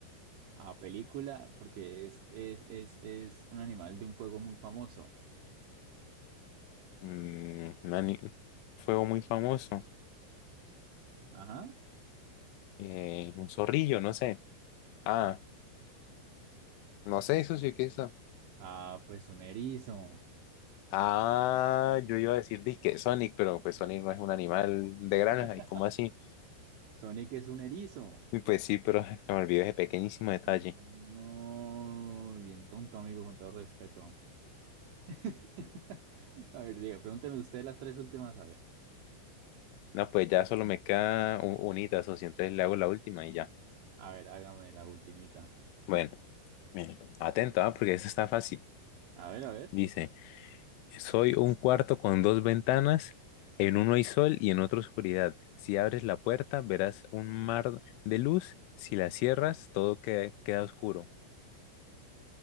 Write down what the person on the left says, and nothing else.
Mm, mani- fuego muy famoso.
Eh, un zorrillo, no sé. Ah, no sé, eso sí que está.
Ah, yo iba a decir disque Sonic, pero pues Sonic no es un animal de granja,
¿y cómo así?
Y pues sí, pero <laughs> ay, me olvidé ese pequeñísimo detalle.
No, pues ya solo me queda un, unita, socio, entonces le hago la última y ya.
Bueno, mire, atento, ah, Porque eso está fácil.
Dice. Soy un cuarto con dos ventanas, en uno hay sol y en otro oscuridad. Si abres la puerta, verás un mar de luz, si la cierras, todo que- queda oscuro.